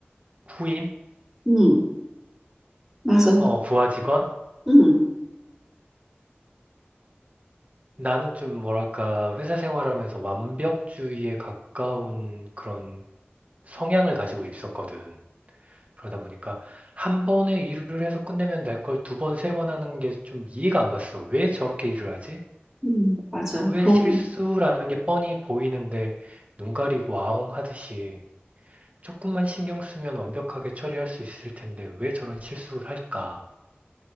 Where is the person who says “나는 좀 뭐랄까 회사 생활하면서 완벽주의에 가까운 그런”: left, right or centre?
Right